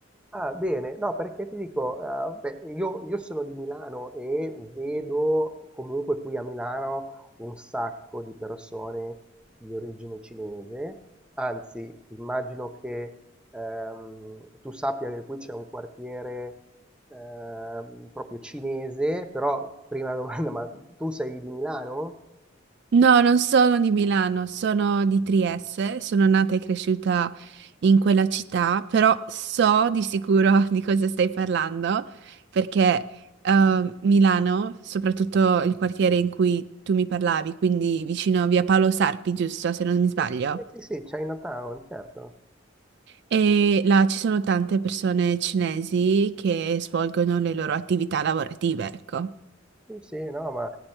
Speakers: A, in the centre; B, on the right (about 60°).
A: Ah, bene, no, perché ti dico, eh, beh, io, io sono di Milano e vedo comunque qui a Milano un sacco di persone di origine cinese, anzi, immagino che ehm, tu sappia che qui c'è un quartiere ehm, proprio cinese, però prima domanda, <laughs> ma tu sei di Milano?
B: No, non sono di Milano, sono di Trieste, sono nata e cresciuta in quella città, però so di sicuro <laughs> di cosa stai parlando, perché eh, Milano, soprattutto il quartiere in cui tu mi parlavi, quindi vicino a Via Paolo Sarpi, giusto, se non mi sbaglio.
A: Eh, sì, sì, sì, Chinatown, certo.
B: E là ci sono tante persone cinesi che svolgono le loro attività lavorative, ecco.
A: Sì, sì, no, ma